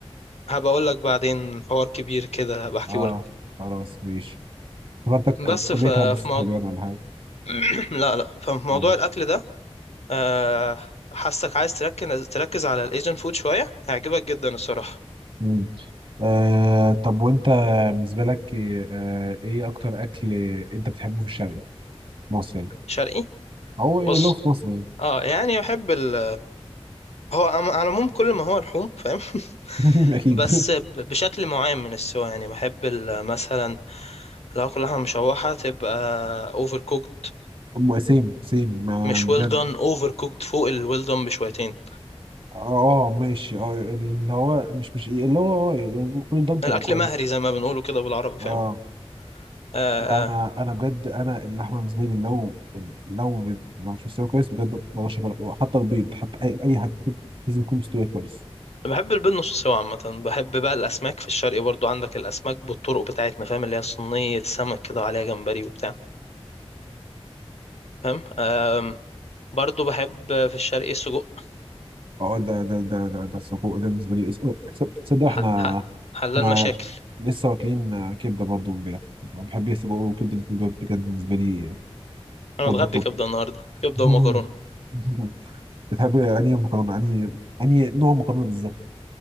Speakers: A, on the left (about 80°); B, on the right (about 55°).
A: هبقى اقول لك بعدين حوار كبير كده هبقى احكيه
B: اه
A: لك
B: خلاص ماشي افتكرتك
A: بس
B: في كلية
A: ف- في
B: هندسة
A: موضوع
B: حلوان ولا حاجة
A: <clears throat> لا لا ففي موضوع
B: اه
A: الاكل ده آه، حاسك عايز تركز تركز على الايجن فود شويه هيعجبك جدا الصراحه
B: مم. آه طب وانت بالنسبه لك ايه آه ايه اكتر اكل انت بتحبه في الشرقي مصر يعني
A: شرقي
B: او إيه
A: بص
B: لو في مصر يعني
A: اه يعني احب ال هو عم- على العموم كل ما هو لحوم فاهم <laughs>
B: <laughs> اكيد
A: بس ب- بشكل معين من السوا يعني بحب ال- مثلا لو كلها مشوحه تبقى اوفر كوكد
B: أم- سيم سيم ما
A: مش
B: بجد
A: ويل دون اوفر كوكد فوق الويل دون بشويتين
B: اه ماشي اه اللي هو مش مش اللي هو اه يعني ممكن ده تبقى
A: الاكل
B: كويس
A: مهري زي ما بنقوله كده بالعربي فاهم
B: اه
A: آه
B: انا انا انا بجد انا اللحمه بالنسبه لي لو لو بت- لو مش مستويه كويس بجد ما بقدرش أكلها. حتى البيض حتى اي اي حاجه لازم يكون مستوي كويس
A: بحب البيض نص سوا عامة بحب بقى الأسماك في الشرق برضو عندك الأسماك بالطرق بتاعتنا فاهم اللي هي صينية سمك كده وعليها جمبري وبتاع فاهم أم برضو بحب في الشرق السجق
B: اه ده ده ده ده ده السجق ده بالنسبه لي تصدق احنا
A: ح- ح- حلال
B: احنا
A: مشاكل
B: لسه واكلين كبده برضو امبارح انا بحب السجق وكبده الاتنين دول بجد بالنسبه لي
A: أنا
B: توب
A: متغدي
B: التوب
A: كبدة النهاردة كبدة
B: <laughs>
A: ومكرونة
B: بتحب انهي مكرونه انهي انهي نوع مكرونه بالظبط